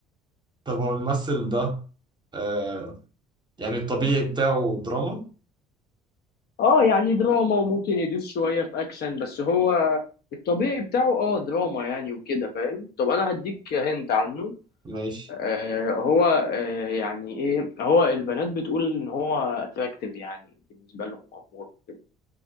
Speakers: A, on the right; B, on the left.
A: طب هو الممثل ده آه يعني الطبيعي بتاعه دراما
B: اه يعني دراما وممكن يدوس شوية في اكشن بس هو الطبيعي بتاعه اه دراما يعني وكده فاهم طب انا هديك هنت عنه
A: ماشي
B: آه، هو آه، يعني ايه هو البنات بتقول ان هو اتراكتيف يعني بالنسبه لهم امور كده